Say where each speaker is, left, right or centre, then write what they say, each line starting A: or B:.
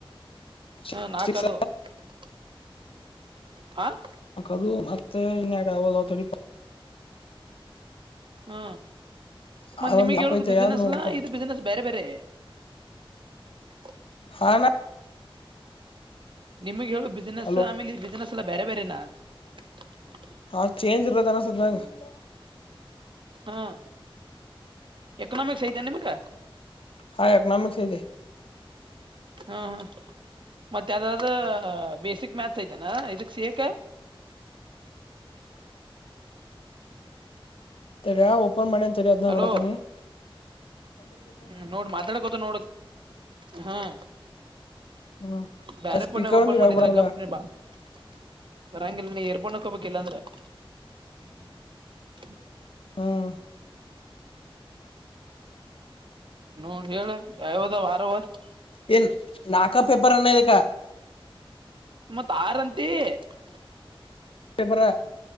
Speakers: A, on the left; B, on the right.
A: ಸ್ಟೆಟಿಸ್ಟಿಕ್ಸ್
B: ಹ್ಮ, ನಾಕದು. <unintelligible> ಹಾ. <inaudible>
A: ಆಕದು, ಮತ್ತೆ, ಇನು, ಯಕಗಲ್ಲತಡಿಯಪ್ಪ. <inaudible>
B: ಹ್ಮ, ಮತ್ತ
A: ಅದೊಂದ್
B: ನಿಮಗ್
A: ಯಾಪ್
B: ಹೇಳುದು
A: ಐತೆ
B: ಬಿಸ್ನೆಸ್ಲ್ಲಾ!
A: ಯಾವ್ದ್ ನೋಡಪ್ಪ
B: ಇದು ಬಿಸ್ನೆಸ್, ಬೇರೆ, ಬೇರೆ. <unintelligible> <unintelligible> <inaudible>
A: ಹಾನ. <inaudible>
B: ನಿಮಗೆ, ಹೇಳು, ಬಿಸ್ನೆಸ್,
A: ಹಲೋ
B: ಎಲ್ಲಾ, ಆಮೇಲೆ ಈ ಬಿಸ್ನೆಸ್, ಎಲ್ಲ, ಬೇರೆ, ಬೇರೆನಾ! <unintelligible>
A: ಹಾ, ಚೇಂಜ್, ಇರೋದಕ್ಕೆ, ಇಲ್ಲಾ, ಅನಿಸುತ್ತೆ, ನನ್ಗೆ. <unintelligible>
B: ಹು, ಎಕನಾಮಿಕ್ಸ್, ಆಯ್ತಾ, ನಿಮಗೆ? <unintelligible>
A: ಹಾ, ಎಕನೋಮಿಸ್, ಐತೆ. <inaudible>
B: ಹಾ ಹಾ ಮತ್ತ ಅದಾದ ಬೇಸಿಕ್ ಮ್ಯಾಥ್ಸ್ ಐತೆನಾ ಇದಕ್ ಸೇೇಕ ಹ್ಮ್
A: ತಡಿ, ಓಪನ್ ಮಾಡಿನಿ, ತಡಿ, ಅದನ್ನ,
B: ಹಲೋ
A: ನೋಡ್ತೀನಿ. <unintelligible>
B: ಹ್ಮ್, ನೋಡ್, ಮಾತ್ಯಾಡಿಕರುತಿವಿ, ನೋಡು, ಹಾ. <inaudible>
A: ಹ್ಮ್
B: ಬ್ಯರೆ,
A: ಆ ಸ್ಪೀಕರ್
B: ಪುಣೆ, ಓಪನ್
A: ಒಂದ್ ಇಡಾಕ್
B: ಮಾಡಿದರೆ,
A: ಬರಲ್ಲ
B: ಕಂಪೆನಿಬಾ. <unintelligible> ಬರಂಗಿಲ್ಲ, ನೀ, ಏರ್ಪೋನ್, ಅಕೋಬೇಕುಯೆಲ್ಲಾಂದ್ರೆ. <unintelligible>
A: ಹ್ಮ್.. <inaudible>
B: ನೋಡಿಹೇಳು, ಯಾವದೂ, ವಾರವ. <unintelligible>
A: ಏನ್, ನಾಕ, ಪೇಪರ್, ಅನ್ನೋದಕ್ಕೆ. <unintelligible>
B: ಮತ್, ಆರಂತಿ. <unintelligible>
A: ಪೇಪರು,